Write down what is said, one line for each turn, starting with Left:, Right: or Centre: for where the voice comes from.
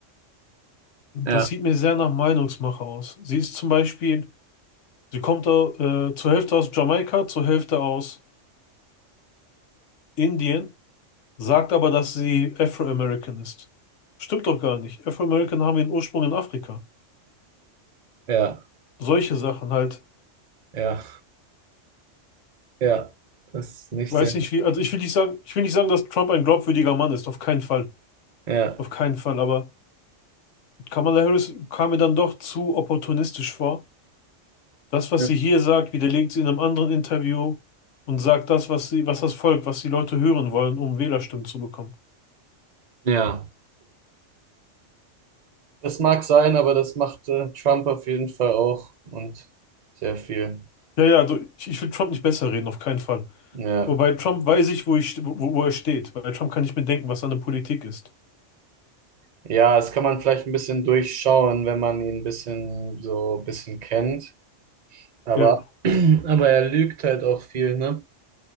Left: Das
Right: Ja,
Left: sieht mir sehr nach Meinungsmache aus. Sie ist zum Beispiel, sie kommt au- äh, zur Hälfte aus Jamaika, zur Hälfte aus Indien, sagt aber, dass sie Afro-American ist. Stimmt doch gar nicht. Afro-American haben ihren Ursprung in Afrika.
Right: Ja,
Left: Solche Sachen halt.
Right: ja, ja. Das ist nicht
Left: Weiß
Right: sehr.
Left: nicht wie, also ich will nicht sagen, ich will nicht sagen, dass Trump ein glaubwürdiger Mann ist, auf keinen Fall.
Right: Ja.
Left: Auf keinen Fall, aber Kamala Harris kam mir dann doch zu opportunistisch vor. Das, was
Right: Ja.
Left: sie hier sagt, widerlegt sie in einem anderen Interview und sagt das, was sie, was das Volk, was die Leute hören wollen, um Wählerstimmen zu bekommen.
Right: ja, Das mag sein, aber das macht äh, Trump auf jeden Fall auch und sehr viel.
Left: Ja, ja, also ich, ich will Trump nicht besser reden, auf keinen Fall.
Right: Ja.
Left: Aber bei Trump weiß ich, wo ich, wo, wo er steht. Bei Trump kann ich mir denken, was seine Politik ist.
Right: Ja, das kann man vielleicht ein bisschen durchschauen, wenn man ihn ein bisschen so ein bisschen kennt. Aber,
Left: Ja,
Right: <clears throat> aber er lügt halt auch viel, ne?